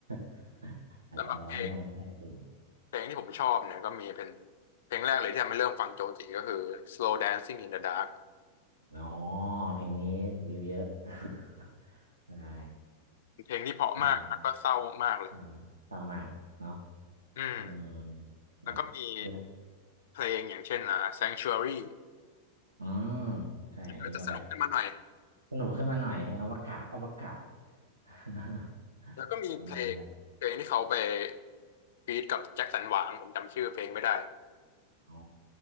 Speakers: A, on the right (about 75°); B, on the left (about 55°).
A: ๆ <laughs> อาจจะร้องยังไม่ค่อยเก่ง
B: สำหรับเพลง เพลงที่ผมชอบเนี่ยก็มีเป็นเพลงแรกเลยที่ทำให้เริ่มฟังโจจิก็คือ Slow Dancing in the Dark
A: อ๋อเพลงนี้วิวเยอะ <laughs> ใช่
B: เพลงที่เพราะมากแล้วก็เศร้ามากเลย
A: เพลงเอ่อเต่ามากเนาะ
B: อืม
A: เออแบบเลือก
B: แล้วก็มีเพลงอย่างเช่นอ่า Sanctuary
A: อืมใช่อันนี้ก็แบบ
B: ก็จะสนุกขึ้นมาหน่อย
A: สนุกขึ้นมาหน่อยอวกาศอวกาศ <laughs>
B: แล้วก็มีเพลงเพลงที่เขาไป
A: ประมาณแบบ
B: ฟีดกับแจ็คสันหวังผมจำชื่อเพลงไม่ได้
A: อ๋อ